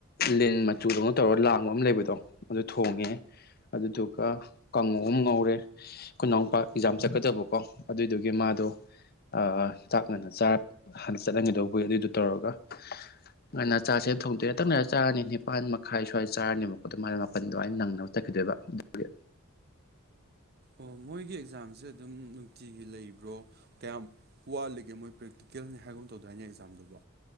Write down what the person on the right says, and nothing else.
ꯑꯣ ꯃꯣꯏꯒꯤ ꯑꯦꯛꯖꯥꯝꯁꯦ ꯑꯗꯨꯝ ꯅꯨꯡꯇꯤꯒꯤ ꯂꯩꯕ꯭ꯔꯣ ꯀꯌꯥꯝ ꯋꯥꯠꯂꯤꯒꯦ ꯃꯣꯏ ꯄ꯭ꯔꯦꯛꯇꯤꯀꯦꯜꯅꯤ ꯍꯥꯏꯕꯒꯨꯝ ꯇꯧꯗꯥꯏꯅꯦ ꯑꯦꯛꯖꯥꯝꯗꯨꯕꯨ